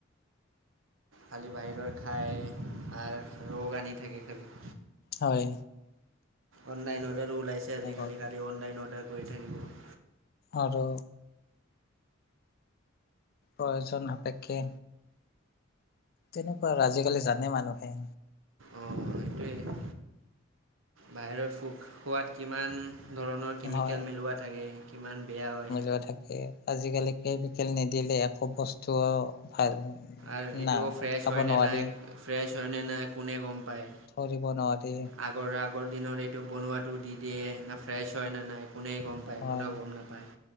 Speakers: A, on the right (about 70°); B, on the left (about 50°).
A: খালি বাহিৰৰ খাই, আৰু ৰোগ আনি থাকে খালি।
B: হয়।
A: অনলাইন অৰ্ডাৰো ওলাইছে
B: এনে
A: আজিকালি
B: কৰে
A: খালি অনলাইন অৰ্ডাৰ কৰি থাকিব।
B: আৰু। প্ৰয়োজন সাপেক্ষে তেনেকুৱা আৰু আজিকালি জানে মানুহে।
A: অ সেইটোৱে, বাহিৰৰ ফোক খোৱাত কিমান ধৰণৰ কেমিকেল
B: নহয়
A: মিলোৱা থাকে, কিমান বেয়া হয়।
B: হৈ থাকে। আজিকালি কেমিকেল নিদিলে একো বস্তুও ভাল <unintelligible>
A: আৰু এইটোও
B: না
A: ফ্ৰেছ
B: খাব
A: হয়
B: নোৱাৰি
A: নে নাই, ফ্ৰেছ হয় নে নাই, কোনে গম পায়।
B: ধৰিব নোৱাৰি।
A: আগৰ আগৰ দিনত এইটো বনোৱাটো দি দিয়ে না- ফ্ৰেছ হয় নে নাই কোনে গম পায়
B: হয়
A: কোনেও গম নাপায়।